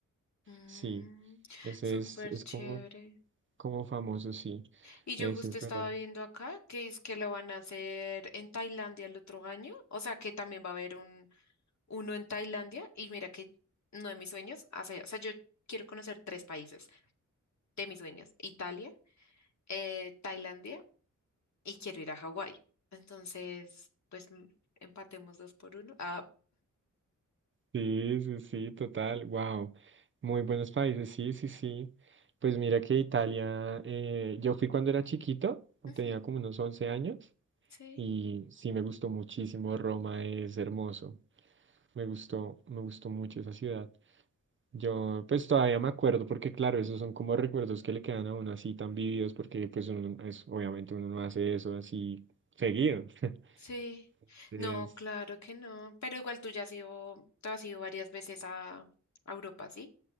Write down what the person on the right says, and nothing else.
sí, ese
es, es
como, como famoso, sí,
ese,
pero
sí, sí, sí, total, wow, muy buenos países, sí, sí, sí, pues mira que Italia, eh, yo fui cuando era chiquito,
tenía como unos 11 años,
y sí me gustó muchísimo, Roma es hermoso, me gustó, me gustó mucho esa ciudad. Yo pues todavía me acuerdo porque claro, esos son como recuerdos que le quedan a uno así tan vividos porque pues uno es, obviamente uno no hace eso así seguido. <laughs>
Entonces,